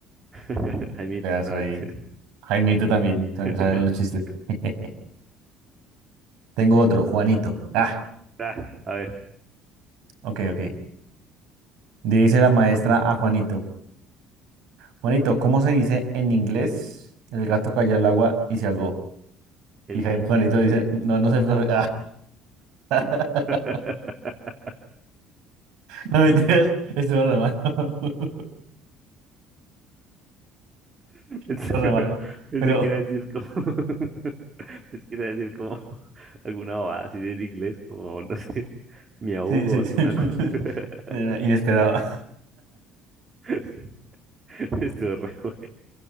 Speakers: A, on the right; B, on the right.
A: <laughs> Jaimito,
B: Pedazo
A: no, mentira.
B: ahí. Jaimito también, también
A: <laughs>
B: salen los chistes. <laughs> Tengo otro, Juanito. Ah,
A: Ah, a ver,
B: ok, ok. Dice la maestra a Juanito. Juanito, ¿cómo se dice en inglés? El gato cayó al agua y se ahogó.
A: el...
B: Y Jaime- Juanito dice, no, no sé, profe. Ah.
A: <laughs>
B: <laughs> No mentiras, estuvo re malo. <laughs>
A: <laughs>
B: Estuvo re malo.
A: Pensé
B: Pero
A: que iba a decir como, <laughs> pensé que iba a decir como <laughs> alguna bobada así en inglés, como, no sé, <laughs> me ahogo,
B: sí, sí,
A: alguna
B: sí.
A: cosa. <laughs>
B: <laughs> Inesperado.
A: Sí, Estuvo re bueno.